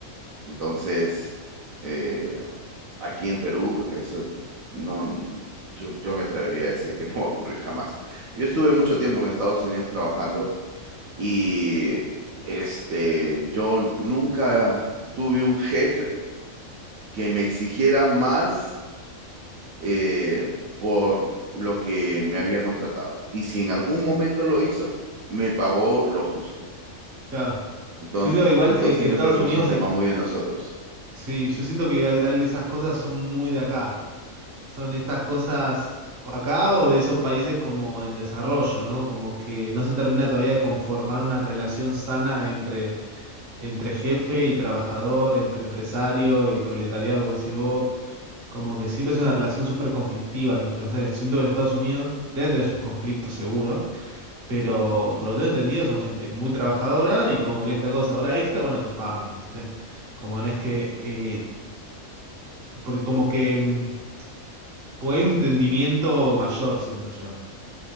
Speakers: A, on the right; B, on the right.
A: Entonces eh, aquí en Perú, eso no, yo, yo me atrevería a decir que no va a ocurrir jamás. Yo estuve mucho tiempo en Estados Unidos trabajando y este, yo nunca tuve un jefe que me exigiera más eh, por lo que me había contratado. Y si en algún momento lo hizo, me pagó lo justo.
B: Claro.
A: Entonces,
B: Yo siento que igual
A: entonces
B: eh, Estados
A: yo creo que
B: Unidos
A: es un tema
B: hay,
A: muy de nosotros.
B: Sí, yo siento que al- esas cosas son muy de acá. Son estas cosas o acá o de esos países como en desarrollo, ¿no? Como que no se termina todavía de conformar una relación sana entre, entre jefe y trabajador, entre empresario y proletariado, como decís vos. Como que siempre es una relación súper conflictiva y que no sé, siento que en Estados Unidos debe tener sus conflictos seguro, pero por lo que tengo entendido son gente que muy trabajadora y como que esta cosa, hora extra, bueno, te pagan, ¿viste? Como no es que eh, porque como que, mm, como hay un entendimiento mayor, siento yo.